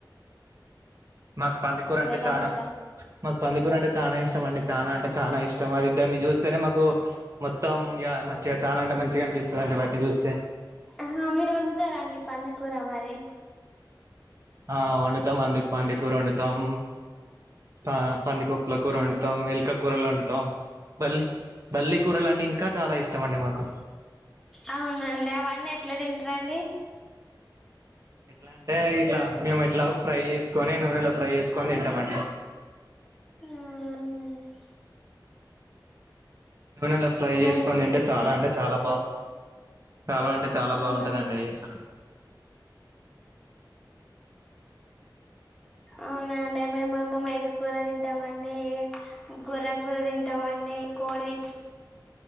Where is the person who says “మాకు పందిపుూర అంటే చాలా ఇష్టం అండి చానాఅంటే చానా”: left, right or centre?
Right